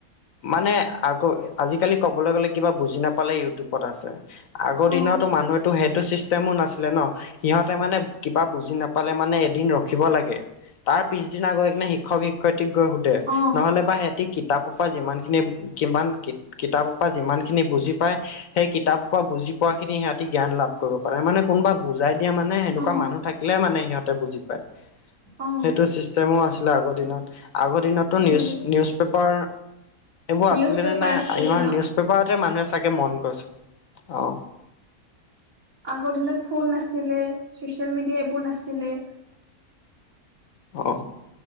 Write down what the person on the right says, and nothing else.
অ
অ
অ
অ
আছিলে
নিউজ
পেপাৰ
আছিলে
আগৰ দিনত ফোন নাছিলে, চচিয়েল মিডিয়া এইবোৰ নাছিলে।